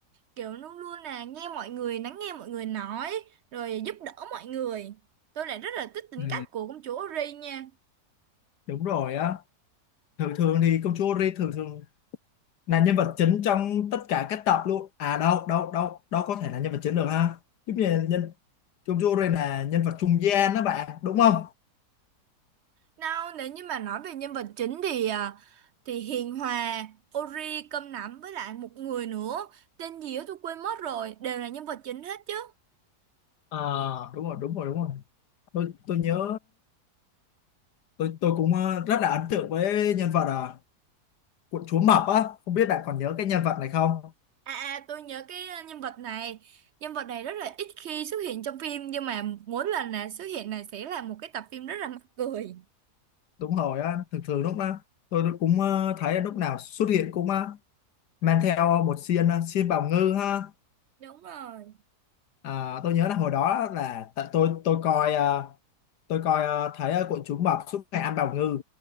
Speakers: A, on the right; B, on the left.
A: kiểu luôn luôn là nghe mọi người lắng nghe mọi người nói rồi giúp đỡ mọi người tôi lại rất là thích tính
B: ừ,
A: cách của công chúa Ori nha
B: đúng rồi á thường thường thì công chúa Ri thường thường là nhân vật chính trong tất cả các tập luôn à đâu đâu đâu đâu có thể là nhân vật chính được ha giống như nhân Chung Jure là nhân vật trung gian đó bạn đúng không
A: Nào, nếu như mà nói về nhân vật chính thì à, thì Hiền Hòa, Ori, Cơm Nắm với lại một người nữa tên gì đó tôi quên mất rồi đều là nhân vật chính hết chứ.
B: à đúng rồi đúng rồi đúng rồi tôi tôi nhớ tôi tôi cũng ờ, rất là ấn tượng với nhân vật à, của chúa Mập á không biết bạn còn nhớ cái nhân vật này không
A: À, à tôi nhớ cái à, nhân vật này nhân vật này rất là ít khi xuất hiện trong phim nhưng mà mỗi lần là xuất hiện này sẽ là một cái tập phim rất là mắc cười.
B: đúng rồi á thường thường lúc đó tôi cũng ờ, thấy lúc nào xuất hiện cũng ờ, mang theo một xiên ờ, xiên bào ngư ha
A: Đúng rồi.
B: à, tôi nhớ là hồi đó là tại tôi tôi coi ờ, tôi coi ờ, thấy ờ, của chú mập suốt ngày ăn bào ngư